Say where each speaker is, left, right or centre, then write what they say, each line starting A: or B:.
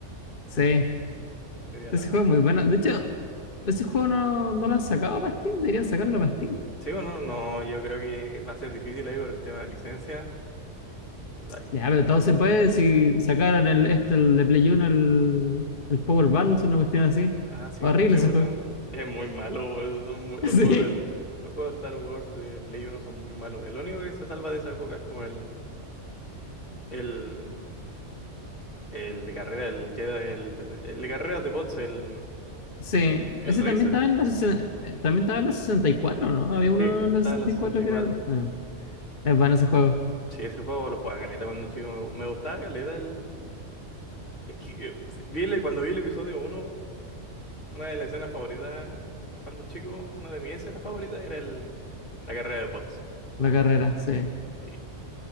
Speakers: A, on the left; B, on the left.
A: Sí,
B: Sería
A: ese
B: la,
A: juego
B: la,
A: es muy bueno.
B: la raja.
A: De hecho, ese juego no, no lo han sacado para Steam. Deberían sacarlo para Steam.
B: Sí o no, no, yo creo que va a ser difícil ahí por el tema de licencia. Y va que-
A: Ya, pero todo se puede si sacaron el, este, el de Play Uno el, el Power Battles, una cuestión así.
B: Ah, sí,
A: Horrible
B: sí,
A: ese
B: ¿verdad?
A: juego.
B: Es muy malo, boludo, son muy- los
A: <laughs> Sí.
B: juegos de, los juegos de Star Wars de Play uno son muy malos. El único que se salva de esa época es como el, el, el de carrera, el Jedi, el, el de carreras de bots, el,
A: Sí,
B: el
A: ese
B: Racer.
A: también estaba en la, sesen- eh, también estaba en la 64, ¿no? Había
B: Sí,
A: uno
B: está
A: en la sesenta
B: en la 64.
A: y cuatro que era... Ah, es bueno ese juego,
B: Sí, ese juego lo jugaba caleta cuando chico. Me, me gustaba caleta el... Es que eh, vi el- cuando vi el episodio uno Una de las escenas favoritas, eh, cuando chico, una de mis escenas favoritas era el, la carrera de bots.
A: la carrera, sí.
B: Y